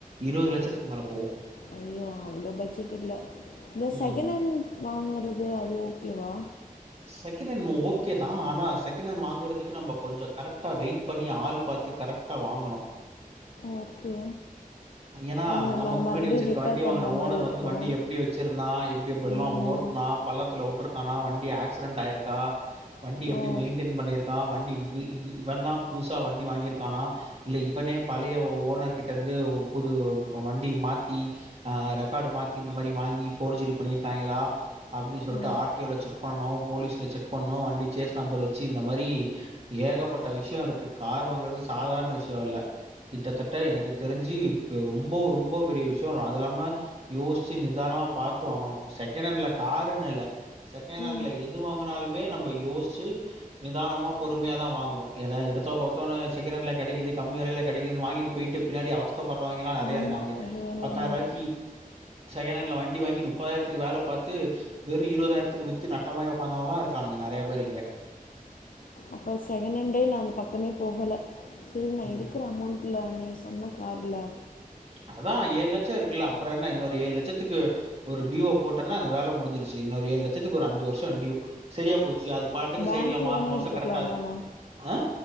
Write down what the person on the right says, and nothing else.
இருபது லட்சத்துக்கு மேல போவும்
ம்.
செகண்ட் ஹண்ட் ஓகே தான் ஆனா செகண்ட் ஹேண்ட் வாங்கறதுக்கு நம்ம கொஞ்சம் கரெக்டா வெயிட் பண்ணி ஆள் பாத்து கரெக்டா வாங்கணும்
ஏன்னா
நமக்கு முன்னாடி
வச்சிருக்க
வண்டி
வாங்குன
ஓனர்
வந்து வண்டி எப்படி வச்சிருந்தான் எப்படிஎப்டில்லாம்
ஓட்டுனான் பள்ளத்துல விட்டுருக்க ஆனா வண்டி ஆக் ஆக்சிடெண்ட் ஆயிருக்கா வண்டி எப்படி
மெயின்டெயன் பண்ணியிருக்கான் வண்டி இ இவன் தான் புதுசா வண்டி வாங்கிருக்கானா இல்ல இவனே பழைய ஓனர் கிட்ட இருந்து புது வண்டி மாத்தி ஹ் ரெக்கார்டு மாத்தி இந்த மாதிரி வாங்கி ஃபோர்ஜரி பண்ணியிருக்காங்களா அப்படின்னு சொல்லிட்டு
ஆர்டிஓ செக் பண்ணனும் போலீஸ்ல செக் பண்ணும் வண்டி சேஸ் நம்பர் வச்சு இந்த மாதிரி ஏகப்பட்ட விஷயம் இருக்கு கார் வாங்கறது சாதாரண விஷயம் இல்ல கிட்டத்தட்ட எனக்கு தெரிஞ்சு ரொம்ப ரொம்ப பெரிய விஷயம் அது இல்லாம யோசிச்சு நிதானமா பாரத்து வாங்கணும் செகண்ட் ஹேண்ட்ல காருன்னு இல்ல செகண்ட்ஹண்ட்ல
எது வாங்குனாலுமே நம்ம யோசிச்சு நிதானமா பொறுமையா தான் வாங்கனும் ஏதோ எடுத்தோம் கவுத்தோனு செகண்ட் ஹேண்ட்ல்ன கெடைக்குது கம்மியா தான் கிடைக்குதுன்னு வாங்கிட்டு போயிட்டு பின்னாடி அவஸ்தை படறவங்கல்லாம் நிறைய
இருக்காங்க
பத்தாயிரம்
ரூபாய்க்க செகண் ஹாண்ட்ல வண்டி வாங்கி முப்பதாயிரத்துக்கு வேலை பாத்து வெறு இருவதாரத்துக்கு வி்த்து நட்டமாய் போனவன்லா இருக்க டானுங்க நெறைய பேர் இங்க
ம்
அதா ஏழு லட்சோ இருக்குல்ல அப்றோ என்ன இன்னொரு ஏழு லட்சத்துக்கு ஒரு டியூவ போட்டன்னா வேலை முடிஞ்சிருச்சு இன்னொரு ஏழு லட்சத்துக்கு ஒரு அஞ்சு வருசோ டியூ சரியா போச்சு அது பாட்டுக்கு
சைட்ல
மாசம் மாசம்
கரெக்டா
ஆ